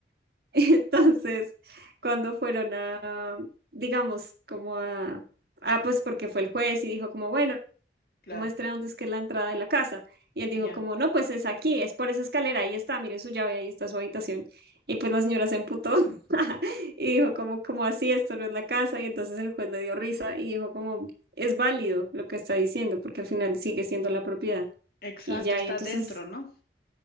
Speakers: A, on the right (about 60°); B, on the left (about 55°).
A: <laughs> Entonces, cuando fueron a, digamos, como a, ah, pues porque fue el juez y dijo como, bueno,
B: Claro,
A: muestre dónde es que es la entrada de la casa. Y él dijo
B: ya.
A: como, no, pues es aquí, es por esa escalera, ahí está, mire su llave, ahí está su habitación. Y pues la señora se emputó <laughs> y dijo como, como así, esto no es la casa. Y entonces el juez le dio risa y dijo como, es válido lo que está diciendo, porque al final sigue siendo la propiedad.
B: Exacto,
A: Y ya,
B: está
A: y entonces,
B: dentro, ¿no?